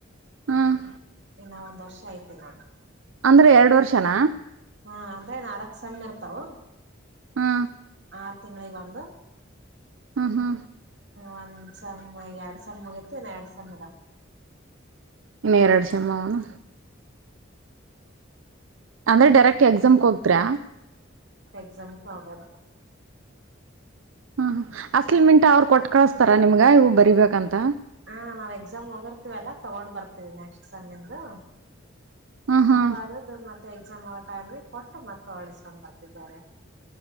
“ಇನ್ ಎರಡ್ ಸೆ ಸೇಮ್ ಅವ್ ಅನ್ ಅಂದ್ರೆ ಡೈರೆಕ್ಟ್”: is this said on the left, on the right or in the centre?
Right